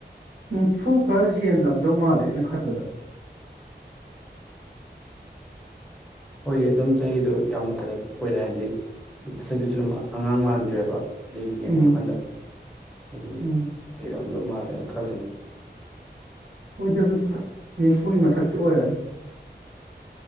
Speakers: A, on the right; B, in the centre.
A: ꯅꯤꯐꯨ ꯈꯔ ꯍꯦꯜꯂꯝꯗꯧ ꯃꯥꯜꯂꯦ ꯑꯩꯅ ꯈꯟꯕꯗ
B: ꯍꯣꯏꯒꯤ ꯑꯗꯨꯝ ꯆꯍꯤꯗꯣ ꯌꯥꯝꯅ ꯀꯩꯅꯣꯁꯨ ꯑꯣꯏꯔꯦ ꯍꯥꯏꯗꯤ ꯃꯁꯛꯇꯨꯁꯨ ꯑꯗꯨꯝ ꯑꯉꯥꯡ ꯃꯥꯟꯗ꯭ꯔꯦꯕ ꯑꯗꯩ ꯌꯦꯡꯕ
A: ꯎꯝ
B: ꯀꯥꯟꯗ ꯑꯗꯨ
A: ꯎꯝ
B: ꯂꯤꯔꯝꯗꯧ ꯃꯥꯜꯂꯦꯅ ꯈꯜꯂꯤꯅꯦ
A: ꯑꯣꯏꯗꯕꯅꯤ ꯅꯤꯝꯐꯨꯒꯤ ꯃꯊꯛꯇꯤ ꯑꯣꯏꯔꯅꯤ